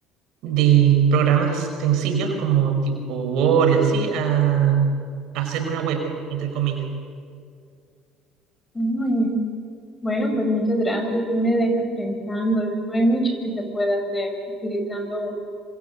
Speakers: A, on the right (about 65°); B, on the left (about 20°).
A: de programas sencillos como tipo Word y así a hacer una web, entre comillas.
B: Muy bien. Bueno, pues muchas gracias. Sí me dejas pensando. no Hay mucho que se puede hacer utilizando